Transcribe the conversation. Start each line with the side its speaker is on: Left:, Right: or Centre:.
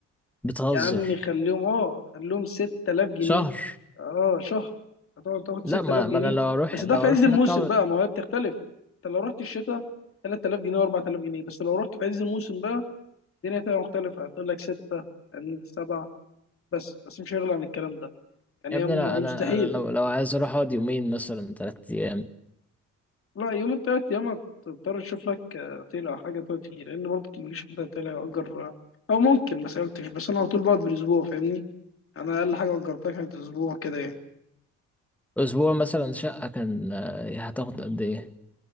Centre: بتهزر
Left: يا عمي خليهم اه خليهم 6000 جنيه
Centre: شهر
Left: اه شهر هتقعد تاخد
Centre: لا
Left: 6000
Centre: ما
Left: جنيه
Centre: ما أنا لو أروح
Left: بس
Centre: لو
Left: ده في عز
Centre: أروح
Left: الموسم
Centre: هناك
Left: بقى ما هي بتختلف انت لو رحت الشتاء 3000 جنيه و4000 جنيه بس لو رحت في عز الموسم بقى الدنيا تبقى مختلفة هتقول لك 6 يعني 7 بس بس مش هيغلى عن الكلام ده يعني
Centre: يا ابني
Left: هي م-
Centre: انا انا
Left: مستحيل
Centre: انا لو لو عايز اروح اقعد يومين مثلا ثلاث ايام
Left: لا يومين تلات ايام هتضطر تشوف لك آه، اوتيل او حاجة تقعد فيه لان برضه مفيش حد هيطلع يأجر او ممكن ما سألتش بس انا على طول بقعد بالاسبوع فاهمني انا اقل حاجة أجرتها كانت اسبوع كده يعني
Centre: اسبوع مثلا شقه كان آه، هتاخد قد ايه